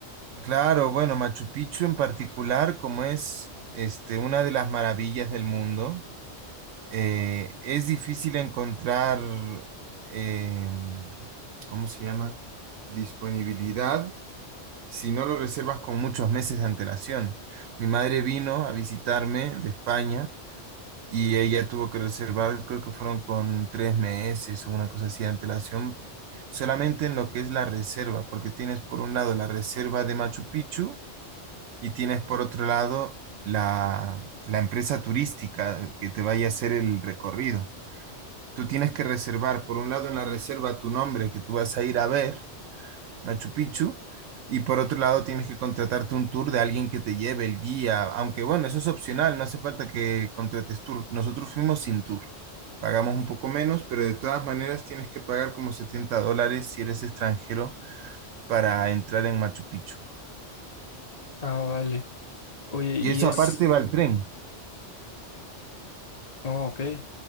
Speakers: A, on the right; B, on the left.
A: Claro, bueno, Machu Picchu en particular, como es este, una de las maravillas del mundo, eh, es difícil encontrar, eh, ¿cómo se llama? Disponibilidad si no lo reservas con muchos meses de antelación. Mi madre vino a visitarme de España y ella tuvo que reservar, creo que fueron con tres meses o una cosa así de antelación, solamente en lo que es la reserva, porque tienes por un lado la reserva de Machu Picchu y tienes por otro lado la, la empresa turística que te vaya a hacer el recorrido. Tú tienes que reservar, por un lado en la reserva tu nombre que tú vas a ir a ver, Machu Picchu, y por otro lado tienes que contratarte un tour de alguien que te lleve el guía, aunque bueno, eso es opcional, no hace falta que contrates tour. Nosotros fuimos sin tour pagamos un poco menos, pero de todas maneras tienes que pagar como 70 dólares si eres extranjero para entrar en Machu Picchu.
B: Ah, vale. Oye, y
A: Y eso
B: es...
A: aparte va el tren.
B: Oh, ok.